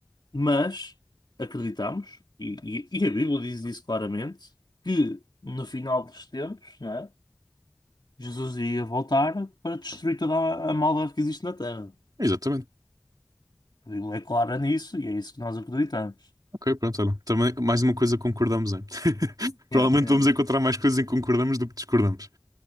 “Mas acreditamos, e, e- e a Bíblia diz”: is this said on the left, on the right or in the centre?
Left